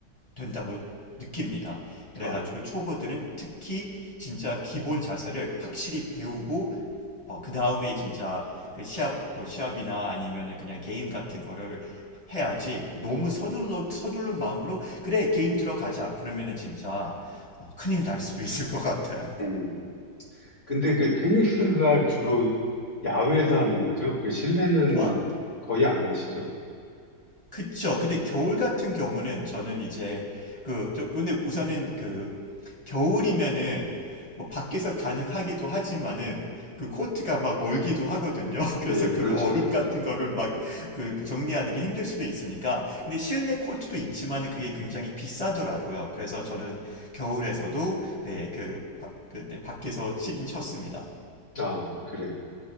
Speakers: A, on the left; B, on the left.
A: 된다고 느낍니다. 그래가지고
B: 아,
A: 초보들은 특히 진짜 기본 자세를 확실히 배우고 어, 그 다음에 진짜 그 시합 뭐 시합이나 아니면은 그냥 게임 같은 거를 해야지 너무 서둘러 서둘른 마음으로 그래 게임 들어가자 그러면은 진짜 어, 큰일 날 수도 있을 것 같아요.
B: 음. 근데 그 테니스가 주로 야외에서 하는 거죠? 그 실내는
A: <laughs> 아,
B: 거의 안 하시죠?
A: 그쵸. 근데 겨울 같은 경우는 저는 이제 그, 저, 근데 우선은 그 겨울이면은 뭐 밖에서 가능하기도 하지만은 그 코트가 막 얼기도 하거든요. <laughs> 그래서
B: 예,
A: 그
B: 그렇죠.
A: 얼음 같은
B: 예.
A: 거를 막 그 정리하는 게 힘들 수도 있으니까. 근데 실내 코트도 있지만은 그게 굉장히 비싸더라고요. 그래서 저는 겨울에서도 네, 그, 바- 그, 네, 밖에서 치긴 쳤습니다.
B: 아, 그래요.